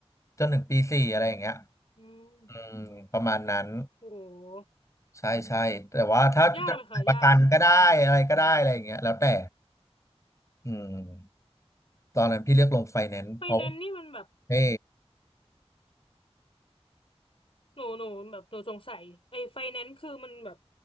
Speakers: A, on the left; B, on the left.
A: จนถึงปีสี่อะไรอย่างเงี้ย
B: อืม
A: อืมประมาณนั้น
B: โอ้โห
A: ใช่ใช่แต่ว่าถ้าจะประกันก็ได้อะไรก็ได้อะไรอย่างเงี้ยแล้วแต่
B: ยากไหมคะยากไหมคะ
A: อืมตอนนั้นพี่เลือกลงไฟแนนซ์เพราะ
B: ไฟแนนซ์นี่มันแบบ
A: เท่
B: หนูหนูแบบหนูสงสัยไอ้ไฟแนนซ์คือมันแบบ